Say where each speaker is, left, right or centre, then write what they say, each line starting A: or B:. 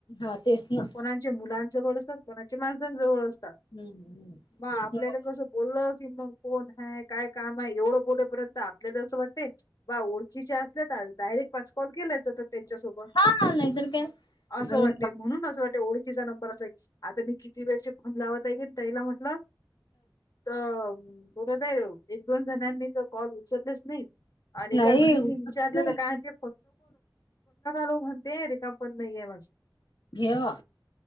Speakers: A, on the left; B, on the left.
A: हा तेच ना
B: कोणाचे मुलांजवळ असतात, कोणाचे माणसांजवळ असतात.
A: हम्म हम्म.
B: मग आपल्याला
A: तेच ना
B: कसं बोललं की, मग कोण हे काय काम आहे एवढं बोलेपर्यंत अँप. तिला देऊसे वाटते. बा ओळखीचे असल्या तर डायरेक्ट पाच कॉल केला जातं त्यांच्यासोबत.
A: हा नाहीतर काय
B: असं
A: आणि
B: वाटतंय म्हणून असं वाटतं ओढ किचा नंबर असला की, आता मी किती वेळचे फोन लावत हाय ताईला म्हटलं तर बोलत आहे. एक दोन जणांनी तर कॉल उचललेच नाही. आणि एका
A: नाही
B: जणीनी
A: उचलत
B: विचारलं
A: नाही
B: तर काय म्हणते <unintelligible> म्हणते रिकामा फोन नाहीये माझा.
A: घेवा